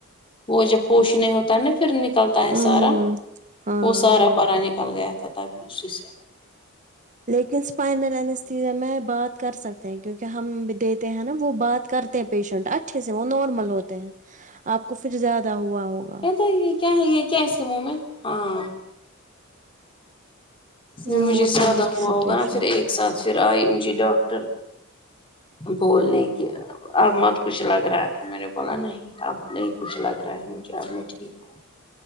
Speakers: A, on the left (about 25°); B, on the right (about 40°).
A: وہ جب ہوش
B: اچھا
A: نہیں ہوتا ہے نا پھر نکلتا ہے
B: ہوں
A: سارا
B: ہوں ہاں
A: وہ سارا
B: ہاں
A: پرا نکل گیا ت تا <unintelligible> گچ سے
B: لیکن اسپائن <unintelligible> بات کر سکتے ہیں کیونکہ ہم دیتے ہیں نا وہ بات کر پیشنٹ اچھے سے وہ نارمل ہوتے ہیں آپ کو پھر زیادہ ہوا ہوگا
A: کہتے یہ کیا ہے یہ کیا ایسی منہ میں ہاں نہیں
B: یہ
A: مجھے
B: ہوتا
A: زیادہ
B: ہے کسی
A: ہوا ہوگا
B: پیشنٹ
A: نا پھر ایک ساتھ پھر آئی مجھے ڈاکٹر بولنے کے اب مت کچھ لگ رہا ہے میں نے بولا نہیں اب نہیں کچھ لگ رہا ہے مجھے اب م ٹھیک ہوں